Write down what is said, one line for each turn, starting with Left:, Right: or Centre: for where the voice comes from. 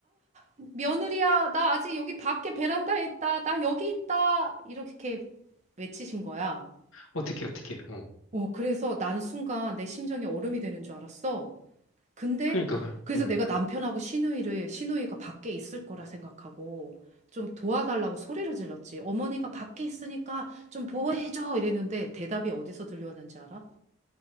Right: 며느리야, 나 아직 여기 밖에 베란다에 있다. 나 여기 있다. 이렇게 외치신 거야.
Left: 어떻게, 어떻게, 어.
Right: 어, 그래서 나는 순간 내 심장이 얼음이 되는 줄 알았어. 근데
Left: 그러니까, 그,
Right: 그래서
Left: 어.
Right: 내가 남편하고 시누이를 시누이가 밖에 있을 거라 생각하고 좀 도와달라고 소리를 질렀지. 어머니가 밖에 있으니까 좀 보호해줘. 이랬는데 대답이 어디서 들려왔는지 알아?